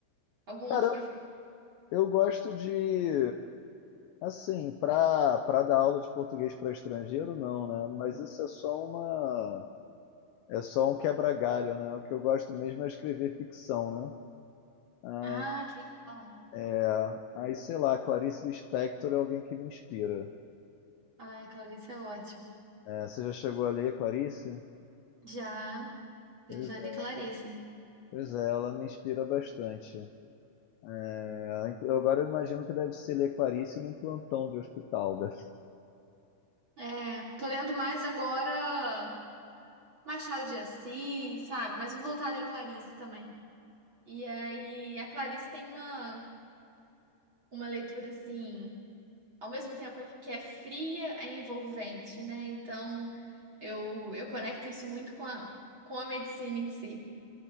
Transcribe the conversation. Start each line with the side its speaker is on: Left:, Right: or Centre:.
Right: algum outro
Left: Cara, Eu gosto de, assim, para para dar aula de português para estrangeiro, não, né? Mas isso é só uma, é só um quebra-galho, né? O que eu gosto mesmo é escrever ficção, né? Ai,
Right: Ah, que legal.
Left: é. Aí, sei lá, Clarice Lispector é alguém que me inspira.
Right: Ai, Clarice é ótimo.
Left: É, você já chegou a ler Clarice?
Right: Já, eu
Left: Pois
Right: já li
Left: é,
Right: Clarice.
Left: pois é, ela me inspira bastante. É, eu agora eu imagino que deve ser ler Clarice num plantão de hospital, né?
Right: É, tô lendo mais agora Machado de Assis, sabe? Mas eu vou voltar a ler Clarice também. E aí, a Clarice tem uma, uma leitura assim, ao mesmo tempo que é fria, é envolvente, né? Então, eu, eu conecto isso muito com a, com a medicina em si.